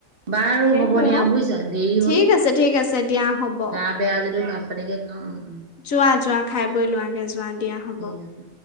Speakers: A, on the right; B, on the left.
A: বাৰু
B: সেইটোৱে
A: হ'ব দিয়া
B: অ'।
A: বুজিছা দেৰি
B: ঠিক
A: হ'ল,
B: আছে, ঠিক আছে দিয়া হ'ব।
A: গা বেয়া যদিও ভাত পানীকে খাওঁ উম উম।
B: যোৱা যোৱা খাই বৈ লোৱাগে যোৱা দিয়া
A: ঠিক
B: হ'ব।
A: আছে।